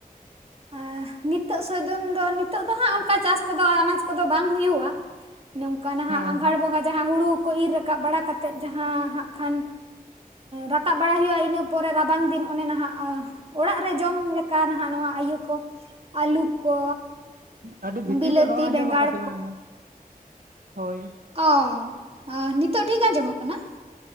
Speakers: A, on the right; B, on the right.
A: ᱟᱨ ᱱᱤᱛᱚᱜ ᱥᱳᱭᱫᱚᱢ ᱫᱚ ᱱᱤᱛᱚᱜ ᱫᱚ ᱦᱟᱸᱜ ᱚᱱᱠᱟ ᱪᱟᱥ ᱠᱚᱫᱚ ᱟᱱᱟᱡ ᱠᱚᱫᱚ ᱵᱟᱝ ᱦᱩᱭᱩᱜᱼᱟ᱾ ᱱᱚᱝᱠᱟ ᱱᱟ
B: ᱦᱮᱸ
A: ᱦᱟᱸᱜ ᱟᱸᱜᱷᱟᱬ ᱵᱚᱸᱜᱟ ᱡᱟᱦᱟᱸ ᱦᱩᱲᱩ ᱠᱚ ᱤᱨ ᱨᱟᱠᱟᱵ ᱵᱟᱲᱟ ᱠᱟᱛᱮᱫ ᱡᱟᱦᱟᱸ ᱦᱟᱸᱜ ᱠᱷᱟᱱ ᱨᱟᱠᱟᱵ ᱵᱟᱲᱟᱭ ᱦᱩᱭᱩᱜᱼᱟ ᱤᱱᱟᱹ ᱯᱚᱨᱮ ᱨᱟᱵᱟᱝ ᱫᱤᱱ ᱚᱱᱮ ᱱᱟᱦᱟᱜ ᱚᱲᱟᱜ ᱨᱮ ᱡᱚᱢ ᱞᱮᱠᱟ ᱱᱟᱦᱟᱜ ᱱᱚᱣᱟ ᱤᱭᱟᱹ ᱠᱚ ᱟᱹᱞᱩ ᱠᱚ᱾
B: ᱟ. ᱰᱤ ᱵᱷᱤᱛᱤᱨ
A: ᱵᱤᱞᱟᱹᱛᱤ
B: ᱨᱮ ᱨᱚᱲ ᱟᱸᱡᱚᱢᱚᱜ
A: ᱵᱮᱸᱜᱟᱲ
B: ᱠᱟᱱ ᱛᱟᱵᱤᱱᱟ ᱟᱫᱚ ᱦᱳᱭ᱾
A: ᱚᱻᱟ ᱱᱤᱛᱚᱜ ᱴᱷᱤᱠ ᱟᱸᱡᱚᱢᱚᱜ ᱠᱟᱱᱟ?